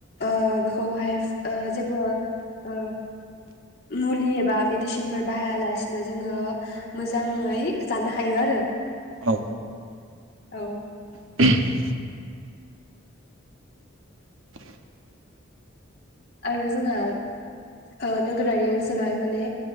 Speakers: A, on the left; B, on the right.
A: ओ बेखौ हाय ओ जेबो ओ मुलि एबा मिडिसिन फोर बाहायालासिनो जोङो मोजाङै जानो हायो आरो।
B: औ।
A: औ।
B: <unintelligible> <inaudible>
A: आरो जोंहा ओ नोगोरारि ओनसोलावहाय माने